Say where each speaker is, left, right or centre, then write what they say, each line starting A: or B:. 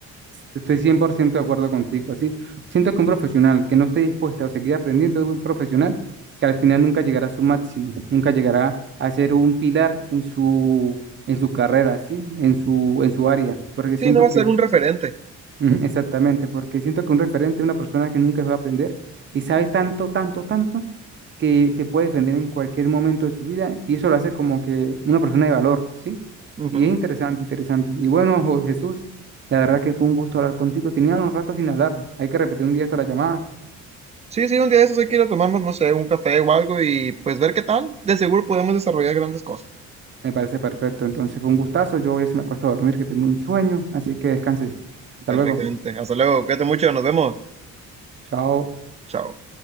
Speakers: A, on the right (about 40°); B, on the right (about 20°).
A: estoy 100% de acuerdo contigo. Así, siento que un profesional que no esté dispuesto a seguir aprendiendo es un profesional que al final nunca llegará a su máximo, nunca llegará a ser un pilar en su, en su carrera, ¿sí? En su, en su área. Porque siento
B: Sí, no va
A: que,
B: a ser un referente.
A: <laughs> ujú, exactamente, porque siento que un referente es una persona que nunca va a aprender y sabe tanto, tanto, tanto que se puede defender en cualquier momento de su vida y eso lo hace como que una persona de valor, ¿sí?
B: Ujú.
A: Y es interesante, interesante. Y bueno, Jo- Jesús, la verdad que fue un gusto hablar contigo. Tenía unos ratos sin hablar. Hay que repetir un día esto la llamada.
B: Sí, sí, un día de esos hay que ir a tomarnos, no sé, un café o algo y pues ver qué tal. De seguro podemos desarrollar grandes cosas.
A: Me parece perfecto. Entonces fue un gustazo. Yo voy a irse me acuesto a dormir, que tengo un sueño. Así que descanses. Hasta
B: Perfectamente.
A: luego.
B: Hasta luego. Cuídate mucho. Nos vemos.
A: Chao.
B: Chao.